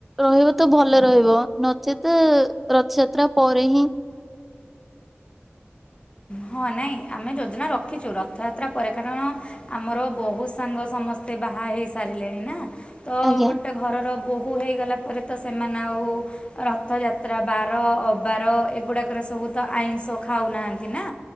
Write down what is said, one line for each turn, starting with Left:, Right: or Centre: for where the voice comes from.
Centre: ରହିବ ତ ଭଲ ରହିବ ନଚେତ ରଥଯାତ୍ରା ପରେ ହିଁ
Left: ହଁ ନାଇଁ ଆମେ ଯୋଜନା ରଖିଛୁ ରଥଯାତ୍ରା ପରେ କାରଣ ଆମର ବହୁତ ସାଙ୍ଗ ସମସ୍ତେ ବାହା ହେଇ ସାରିଲେଣି ନା ତ
Centre: ଆଜ୍ଞା
Left: ଗୋଟେ ଘରର ବୋହୂ ହେଇଗଲା ପରେ ତ ସେମାନେ ଆଉ ରଥଯାତ୍ରା ବାର ଅବାର ଏଗୁଡ଼ାକରେ ସବୁ ତ ଆଇଁଷ ଖାଉନାହାନ୍ତି ନା।